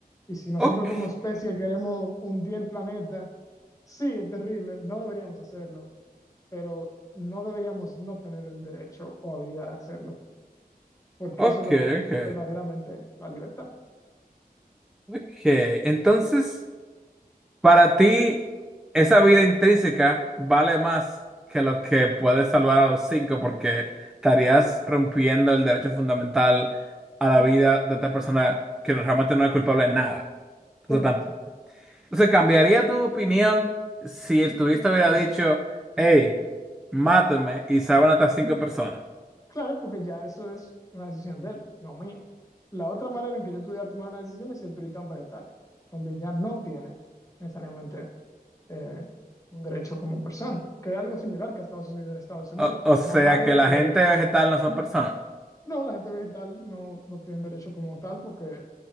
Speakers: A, on the left; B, in the centre.
A: Y si nosotros
B: ok,
A: como especie queremos hundir el planeta, sí, es terrible, no deberíamos hacerlo, pero no deberíamos no tener el derecho o habilidad de hacerlo porque
B: ok,
A: eso es lo que es
B: ok,
A: verdaderamente la libertad.
B: ok. Entonces, para ti, esa vida intrínseca vale más que lo que puedes salvar a los cinco porque estarías rompiendo el derecho fundamental a la vida de esta persona que realmente no es culpable de nada.
A: Correcto.
B: Entonces, Entonces, ¿cambiaría tu opinión si el turista hubiera dicho, hey, mátame y salvan hasta cinco personas?
A: Claro, porque ya eso es una decisión de él, no mía. La otra manera en que yo pudiera tomar una decisión es si ahorita un vegetal, donde ya no tiene necesariamente eh, un derecho como persona, que es algo similar que ha estado sucediendo en Estados Unidos.
B: O,
A: Hubo
B: o sea
A: Una madre
B: que la
A: que,
B: gente vegetal no son personas.
A: no, la gente vegetal no, no tiene derecho como tal porque,